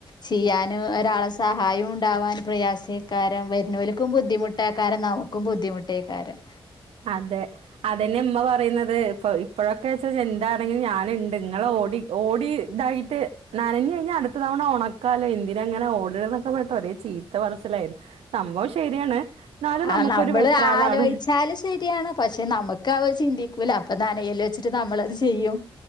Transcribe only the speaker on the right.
അതെ അതന്നെ ഇമ്മ പറയുന്നത് ഇപ്പ ഇപ്പോഴൊക്കെ വച്ച എന്താണെങ്കിലും ഞാനുണ്ട് ഇങ്ങളൊ- ഓ ഓടി ഇതായിട്ട് നനഞ്ഞ് കഴിഞ്ഞാ അടുത്ത തവണ ഒണക്കാലോ എന്തിന എങ്ങനെ ഓടിണതൊക്കെ - ഒരേ ചീത്ത പർച്ചിലായിരുന്നു സംഭവം ശരിയാണ് എന്നാലും
നമുക്കൊരു
വെപ്രാളാണ്-